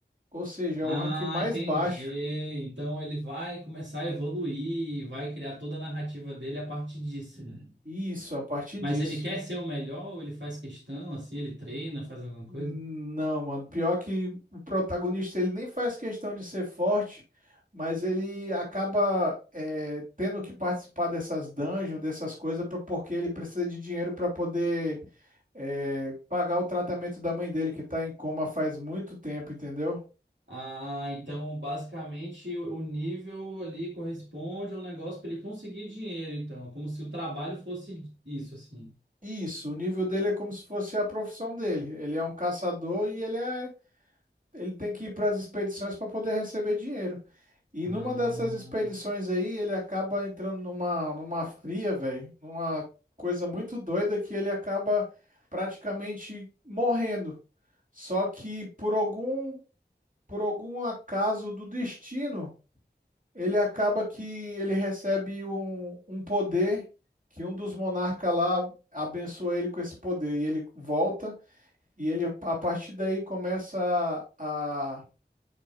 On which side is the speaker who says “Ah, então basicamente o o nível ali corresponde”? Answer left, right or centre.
Right